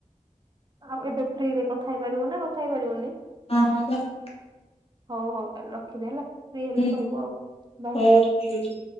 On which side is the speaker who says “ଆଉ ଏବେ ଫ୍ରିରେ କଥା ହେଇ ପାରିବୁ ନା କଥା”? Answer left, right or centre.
Right